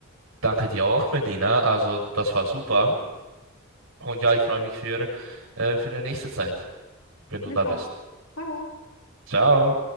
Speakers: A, on the right; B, on the left.
A: danke dir auch, Melina. Also das war super. Und ja, ich freue mich für, äh, für die nächste Zeit, wenn
B: Ich
A: du
B: mich
A: da bist.
B: auch. Ciao.
A: Ciao.